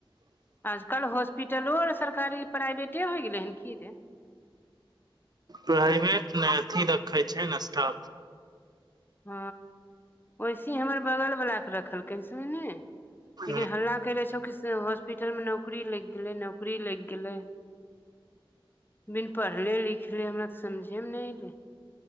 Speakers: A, on the left; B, on the right.
A: आजकल हॉस्पिटलो आर सरकारी प्राइवेटे होई गेलै हन कि दे
B: प्राइवेट ने अथी रखै छै ने स्टा
A: ह वसे हमर बगल भऽला के रखलकिन सुनने लेकिन
B: ह
A: हल्ला कले छौ कि हॉस्पिटल मे नौकरी लागि गेलै नौकरी लागि गेलै बिन पढ़ले लिखले हमरा तऽ समझे मे नहि एऐले